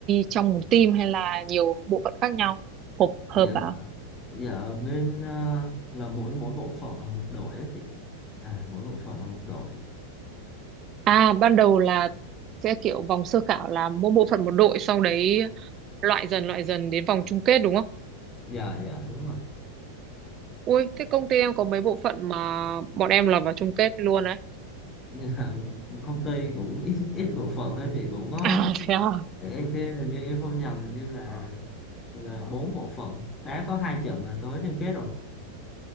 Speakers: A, on the right; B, on the left.
A: trong một team hay là nhiều bộ phận khác nhau hợp hợp
B: dạ
A: vào
B: dạ ở bên ờ, là mỗi mỗi bộ phận là một đội á chị à mỗi bộ phận là một đội
A: à ban đầu là sẽ kiểu vòng sơ khảo là mỗi bộ phận một đội sau đấy loại dần loại dần đến vòng chung kết đúng không
B: dạ dạ đúng rồi
A: ui thế công ty em có mấy bộ phận mà bọn em là vào chung kết luôn đấy
B: dạ, <laughs> công ty cũng ít ít bộ phận thôi chị cũng
A: <laughs>
B: có
A: à thế à
B: để em xem, hình như em không nhầm hình như là là bốn bộ phận đá có hai trận là tối chung kết rồi